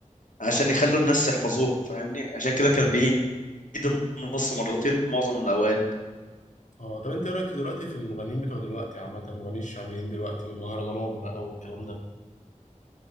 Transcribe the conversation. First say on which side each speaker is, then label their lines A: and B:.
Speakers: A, on the left; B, on the left.
A: عشان يخلوا الناس يحفظوها فاهمني عشان كده كان بيعيد النص مرتين في معظم الاوقات
B: اه طب انت ايه رايك في دلوقتي في المغنيين بتوع دلوقتي عامه المغنيين الشعبيين دلوقتي والمهرجانات بقى والكلام ده